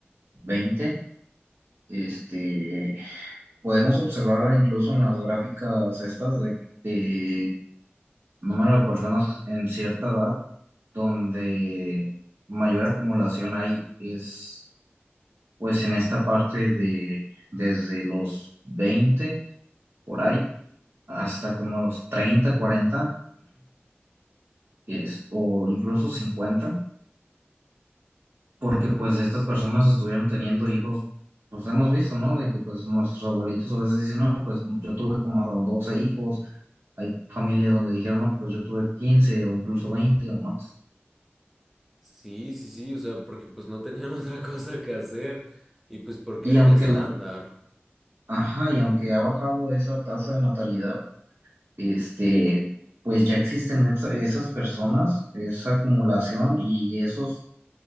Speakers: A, on the right (about 70°); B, in the centre.
A: veinte este, podemos observar incluso en las gráficas estas de, de número de personas en cierta edad, donde mayor acumulación hay es pues en esta parte de desde los 20 por ahí hasta como los treinta cuarenta es- o incluso 50 porque pues estas personas estuvieron teniendo hijos, pues hemos visto, ¿no? De que pues nuestros abuelitos a veces dicen, no, pues yo tuve como 12 hijos, hay familias donde dijeron, no, pues yo tuve quince o incluso veinte o más.
B: Sí, sí, sí, o sea, porque pues no tenían <laughs> otra cosa que hacer y pues porque
A: Y
B: era
A: aunque
B: el estándar.
A: la, ajá, y aunque ha bajado esa tasa de natalidad, este, pues ya existen esta- esas personas, esa acumulación y esos